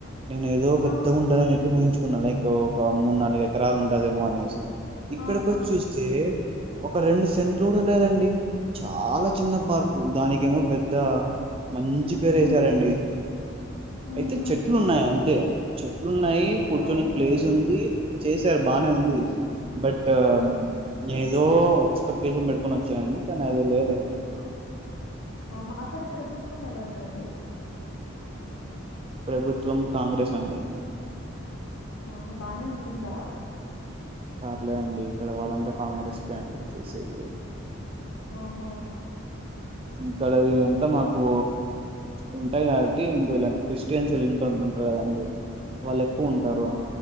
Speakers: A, on the right; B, on the left.
A: నేను ఏదో పెద్దగా
B: ఆ
A: ఉంటదని చెప్పి ఊహించుకున్నా లైక్, ఒక మూడు నాలుగు ఎకరాలు ఉంటదేమో అనేసి ఇక్కడికి
B: ఆ ఆ
A: వచ్చ చూస్తే, ఒక రెండు సెంట్లు కూడా లేదండి చాలా చిన్న
B: అవునా
A: పార్కు దానికేమొ పెద్ద మంచి పేరు వేసారండి
B: ఉమ్ ఉహు
A: అయితే చెట్లు ఉన్నాయి అంతే చెట్లు ఉన్నాయి కూర్చొని
B: అవునులేండి
A: ప్లేస్ ఉంది చేస్ టర్ బానే ఉంది
B: ఉమ్
A: బట్ ఎ
B: ఉమ్
A: ఏదో ఎక్స్పెక్టేషన్ పెడుకొని వచ్చానండి కానీ ఏదో లేదు అసలుకు ఇక్కడ
B: ఆహా అక్కడ ప్రభుత్వం ఎవరిదండి
A: ప్రభుత్వం కాంగ్రెస్ అండి
B: ఆహా బానే ఉంటుందా
A: పర్లేదండి ఇక్కడ వాళ్ళంతా కాంగ్రెస్ కే అండి చేసేది ఊర్లో
B: ఆహా
A: మీ కడ ఎ అంత మాకు ఉంటాయి కాబట్టి హిందులని క్రిస్టియన్స్ ఎళంత ఉంటుంటారు కదండి వాళ్ళు ఎక్కువ ఉంటారు
B: ఆహా